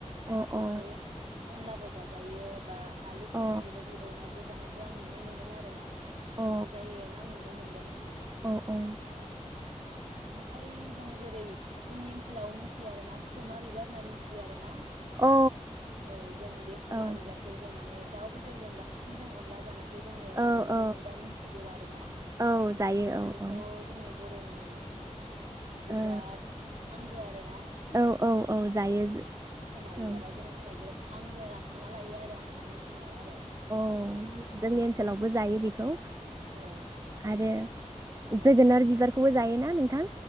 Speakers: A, on the right (about 25°); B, on the right (about 65°).
A: अ
B: बेखौ
A: अ
B: अनलाबो जाजा जायो बा आलुफोर
A: अ
B: जों बेबायदि एवनाबो जानायखौ आं नुनो मोन्दों आरोना
A: अ
B: जोंनि जायगायावनो आं नुनो मोन दों
A: औ औ
B: ओमफाय जों जेरै जोंनि ओनसोलाव मोनथियो आरोना खोमा बिबार होना मोनथियो आरो ना
A: अ औ
B: औ जों बे खोमा
A: औ
B: बिबारखौ जों माने दाउ बेदरजों बांसिन जों अनला जानाय खौ जोङो
A: औ
B: नुनो
A: औ
B: मोनदोंबा मिथिगौ आरोना
A: औ जायो
B: बेथ
A: औ
B: जोंनि बरनि मोनसे
A: औ
B: बिराद आंगो आरो ना
A: औ औ औ जायो
B: खोमा बिबारा
A: औ
B: जोंनि थाखाय बिराद आंगो होनना सानना लायो आरो आं ना मोनथिनायाव आरो
A: अ जोंनि ओनसोलावबो जायो बेखौ
B: औ
A: आरो जोगोनार बिबारखौबो जायोना नोंथां?